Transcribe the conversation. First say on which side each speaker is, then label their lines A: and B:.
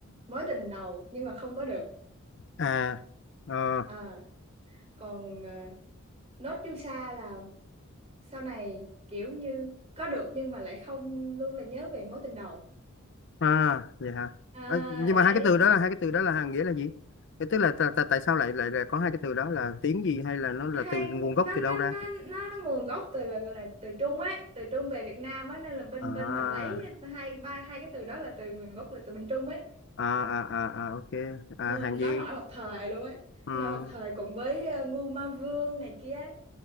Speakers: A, on the right; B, on the left.
A: mối tình đầu nhưng mà không có được
B: à ờ,
A: Ờ, còn ờ, nốt chu sa là sau này kiểu như có được nhưng mà lại không luôn là nhớ về mối tình đầu
B: à vậy hả
A: À,
B: Ờ, nhưng mà
A: đấy
B: hai cái từ đó là hai cái từ đó là hàng nghĩa là gì Thế tức là tại tại tại sao lại lại lại có hai cái từ đó là tiếng gì hay là nó là
A: hai
B: từ nguồn gốc
A: nó
B: từ
A: nó
B: đâu ra
A: nó nó nguồn gốc từ là gọi là từ Trung ấy từ Trung về Việt Nam á nên là bên
B: à
A: bên mình lấy hai ba hai cái từ đó là từ nguồn gốc là từ bên Trung ấy
B: à à à, à ok à
A: nhưng mà
B: hàng
A: nó
B: gì
A: nổi một thời luôn ấy
B: ừ.
A: nổi một thời cùng với ờ, Ngu Ma Vương này kia ấy.